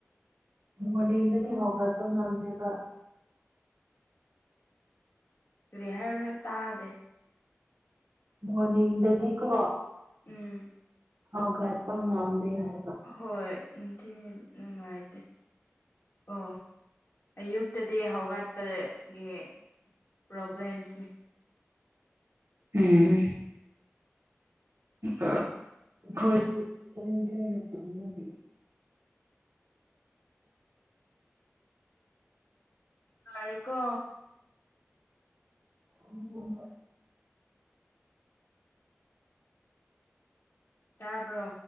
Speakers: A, on the right; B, on the left.
A: ꯃꯣꯔꯅꯤꯡꯗꯗꯤ ꯍꯧꯒꯠꯄ ꯉꯝꯗꯦꯕ
B: ꯀꯔꯤ ꯍꯥꯏꯕ꯭ꯔꯥ ꯇꯥꯗꯦ
A: ꯃꯣꯔꯅꯤꯡꯗꯩꯗꯤ ꯀꯣ
B: ꯎꯝ
A: ꯍꯧꯒꯠꯄ ꯉꯝꯗꯦ ꯍꯥꯏ
B: ꯍꯣꯏ ꯅꯨꯡꯊꯤꯟꯅꯦ ꯅꯨꯡꯉꯥꯏꯇꯦ ꯑꯣ ꯑꯌꯨꯛꯇꯗꯤ ꯍꯧꯒꯠꯄꯗ ꯒꯤ ꯄ꯭ꯔꯣꯕ꯭ꯂꯦꯝꯁꯦ
A: ꯎꯝ ꯑꯥ ꯑꯈꯣꯏꯗꯤ ꯀ꯭ꯔꯦꯡ ꯀ꯭ꯔꯦꯡ ꯌꯥꯝ ꯇꯧꯅꯗꯦ
B: ꯐꯥꯔꯦꯀꯣ
A: ꯍꯣ ꯍꯣ ꯍꯣꯏ
B: ꯇꯥꯕ꯭ꯔꯣ